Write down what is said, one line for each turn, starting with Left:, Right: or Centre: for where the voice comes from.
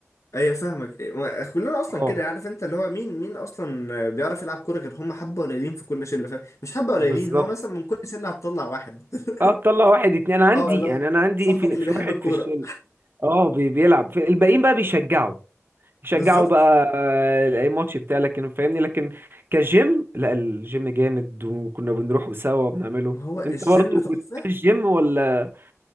Left: ايوه فاهمك إيه، ما- كلنا اصلا
Right: اه
Left: كده عارف انت اللي هو مين مين اصلا بيعرف يلعب كورة غير هم حبة قليلين في كل شلة فاهم مش حبة قليلين
Right: بالظبط
Left: هو مثلا من كل شلة هتطلع واحد
Right: اه تطلع واحد اتنين
Left: <laughs>
Right: انا عندي
Left: اه لو
Right: يعني انا عندي
Left: صاحبك
Right: في
Left: اللي
Right: في
Left: بيحب
Right: واحد
Left: الكورة
Right: في الشله اه بي- بيلعب في- الباقيين بقى بيشجعوا بيشجعوا
Left: بالظبط
Right: بقى آه، اي ماتش بتاع لكن فاهمني لكن كجيم لا الجيم جامد وكنا بنروحوا سوا وبنعمله
Left: ما هو الجيم
Right: انت برضه
Left: تحفة
Right: بتروح الجيم ولا